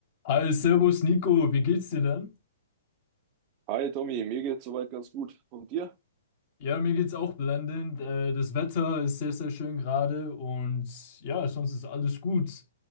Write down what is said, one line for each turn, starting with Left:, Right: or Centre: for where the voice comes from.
Left: Hi, Servus Nico, wie geht's dir denn?
Right: Hi Tommy, mir geht's soweit ganz gut. Und dir?
Left: Ja, mir geht's auch blendend. Äh, das Wetter ist sehr, sehr schön gerade und ja, sonst ist alles gut.